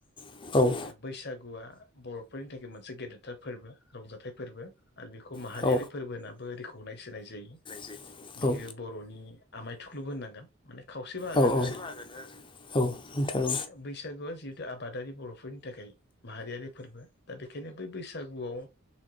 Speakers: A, on the left (about 25°); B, on the left (about 50°).
A: औ औ
B: बैसागुआ बर'फोरनि थाखाय मोनसे गेदेरथार फोरबो रंजाथाइ फोर फोर आरो बेखौ माहारियारि
A: औ
B: फोरबो होनाबो रिखखौनायस होनाय जायो
A: जायो
B: बियो
A: औ
B: बर'नि आमाय थुख्लुबो होननांगोन माने खावसे बाहागानो
A: औ औ
B: आरो
A: औ नोंथां
B: बैसागोआ जिहेतु आबादारि बर'फोरनि थाखाय माहारियारि फोरबो दा बेखायनो बै बैसागुआव